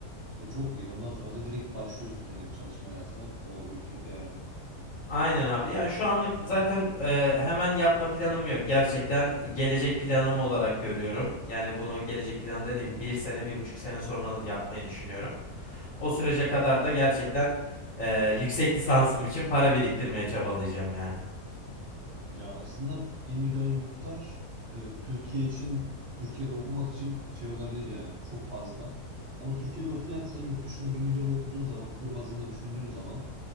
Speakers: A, on the right; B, on the left.
A: E çok iyi. Ondan sonra da direkt başlıyorsun yani çalışma hayatına o ülkede yani.
B: Aynen abi. Ya şu anlık zaten e, hemen yapma planım yok. Gerçekten gelecek planım olarak görüyorum. Yani bunu gelecek plan dediğim bir sene, bir buçuk sene sonra yapmayı düşünüyorum. O sürece kadar da gerçekten e, yüksek lisansım için para biriktirmeye çabalayacağım yani.
A: Ya aslında bir milyon gibi tutar. Evet Türkiye için Türkiye'de okumak için şey olabilir yani çok fazla. Ama Türkiye'de o fiyatsa yurt dışında bir milyonu okuduğun zaman kur bazında düşündüğün zaman